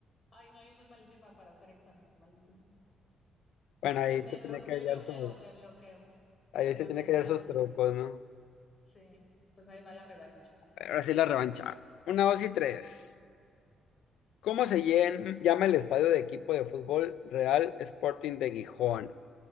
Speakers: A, on the left (about 30°); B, on the left (about 85°).
A: Ay, no, yo soy malísima para hacer exámenes, malísima.
B: Bueno, ahí
A: O sea, me,
B: se tiene
A: blo-
B: que
A: me
B: hallar
A: bloqueo,
B: sus,
A: me bloqueo.
B: ahí
A: Pues
B: se
A: bueno,
B: tiene
A: ahí va
B: que hallar
A: la,
B: sus
A: re-
B: trucos, ¿no?
A: sí, pues ahí va la revancha. A
B: Ahora
A: ver.
B: sí la revancha. Una, dos y tres. ¿Cómo se llen- llama el estadio de equipo de fútbol Real Sporting de Gijón?